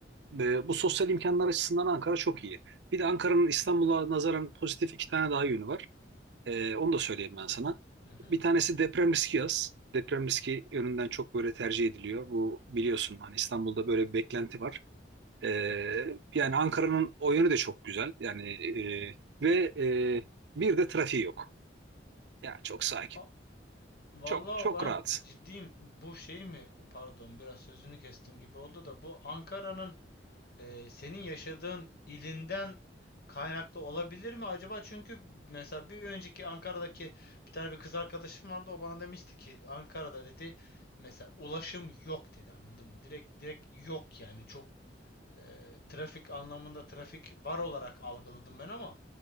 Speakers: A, on the right; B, on the left.
A: Ee, bu sosyal imkanlar açısından Ankara çok iyi. Bir de Ankara'nın İstanbul'a nazaran pozitif iki tane daha yönü var. Ee, onu da söyleyeyim ben sana.
B: Hı hı.
A: Bir tanesi deprem riski az. Deprem riski yönünden çok böyle tercih ediliyor. Bu biliyorsun hani İstanbul'da böyle bir beklenti var. Ee,
B: Evet.
A: yani Ankara'nın o yönü de çok güzel. Yani e, ve e, bir de trafiği yok. Ya çok sakin.
B: A- Vallahi
A: Çok çok
B: ben
A: rahat.
B: ciddiyim. Bu şey mi? Pardon, biraz sözünü kestim gibi oldu da bu Ankara'nın e, senin yaşadığın ilinden kaynaklı olabilir mi acaba? Çünkü mesela bir önceki Ankara'daki bir tane bir kız arkadaşım vardı. O bana demişti ki Ankara'da dedi mesela ulaşım yok dedi anladın mı? Direkt direkt yok yani çok e, trafik anlamında trafik var olarak algıladım ben ama